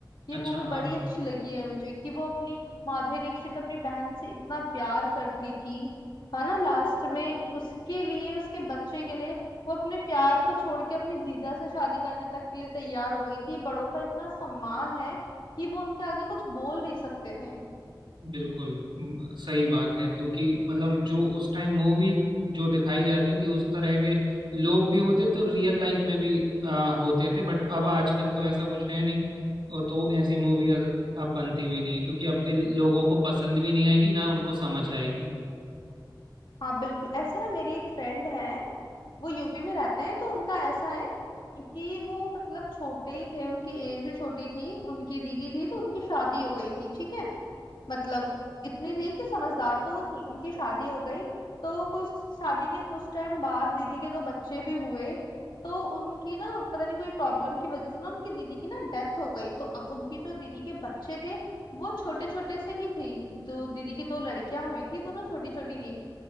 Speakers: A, on the left (about 70°); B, on the right (about 85°).
A: ये
B: अच्छा
A: मूवी
B: हाँ
A: बड़ी
B: हाँ
A: अच्छी लगी है मुझे कि वो अपनी माधुरी दीक्षित अपनी बहन से इतना प्यार करती थी है ना लास्ट में उसके लिए उसके बच्चे के लिए वो अपने प्यार को छोड़ के अपने जीजा से शादी करने तक के लिए तैयार हो गई थी बड़ों का इतना सम्मान है कि वो उनके आगे कुछ बोल नहीं सकते थे
B: बिल्कुल म- सही बात है क्योंकि मतलब जो उस टाइम मूवी जो दिखाई जाती थी उस तरह के लोग भी होते तो रियल लाइफ में भी आ, होते थे बट अब आजकल तो ऐसा कुछ है नहीं और तो ऐसी मूवी अब अब बनती भी नहीं है क्योंकि अब के लोगों को पसंद भी नहीं आएगी ना उनको समझ आएगी
A: हाँ बिल्कुल ऐसे ना मेरी एक फ्रेंड है वो यूपी में रहते हैं तो उनका ऐसा है कि वो मतलब छोटे ही थे उनकी एज भी छोटी थी उनकी दीदी थी तो उनकी शादी हो गई थी ठीक है मतलब इतनी थी कि समझदार तो वो थी उनकी शादी हो गई तो कुछ शादी के कुछ टाइम बाद दीदी के दो बच्चे भी हुए तो उनकी ना पता नहीं कोई प्रॉब्लम की वजह से ना उनकी दीदी की ना डेथ हो गई तो अब उनकी जो दीदी के बच्चे थे वो छोटे छोटे से ही थी जो दीदी की दो लड़कियां हुई थी दोनों छोटी छोटी थी